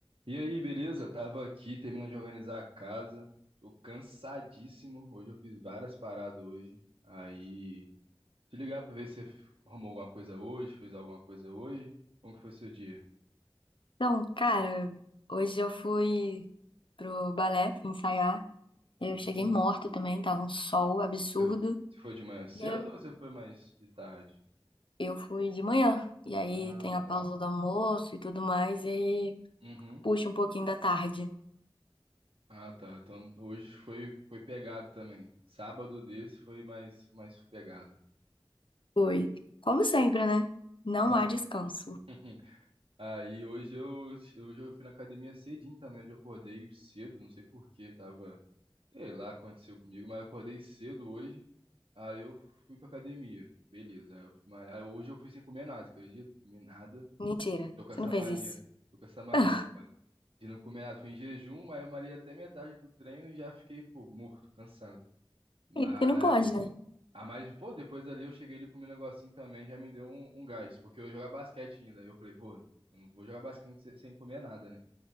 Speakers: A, on the right (about 75°); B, on the left (about 65°).
A: E aí, beleza? Tava aqui terminando de organizar a casa. Tô cansadíssimo. Hoje eu fiz várias paradas hoje. Aí, te ligar pra ver se você arrumou alguma coisa hoje, fez alguma coisa hoje. Como que foi seu dia?
B: Então, cara, hoje eu fui pro balé fui ensaiar. Eu
A: Hum,
B: cheguei morta também, tava um sol absurdo.
A: você você foi de manhã cedo
B: E eu
A: ou você foi mais de tarde?
B: eu fui de manhã. E aí
A: Ah,
B: tem a
A: tá.
B: pausa do almoço e tudo mais, e aí
A: Uhum.
B: puxa um pouquinho da tarde.
A: Ah, tá. Então hoje foi foi pegado também. Sábado desse foi mais mais pegado.
B: Foi. Como sempre, né? Não
A: É.
B: há descanso.
A: <laughs> Aí hoje eu, hoje eu fui na academia cedinho também, onde eu acordei cedo, não sei por quê, tava, sei lá, aconteceu comigo, mas eu acordei cedo hoje, aí eu fui pra academia, beleza, aí eu fui malhar, hoje eu fui sem comer nada, você acredita? Comi nada,
B: Mentira,
A: tô com
B: você
A: essa
B: não fez
A: mania,
B: isso.
A: tô com essa mania,
B: <laughs>
A: cara, de não comer nada, fui em jejum, mas eu malhei até metade do treino e já fiquei, pô, morto, cansado, mas,
B: Isso não pode, né?
A: ah, mas, pô, depois ali eu cheguei ali comi um negocinho também, já me deu um, um gás, porque eu ia jogar basquete ainda, aí eu falei, pô, eu não vou jogar basquete sem sem comer nada, né?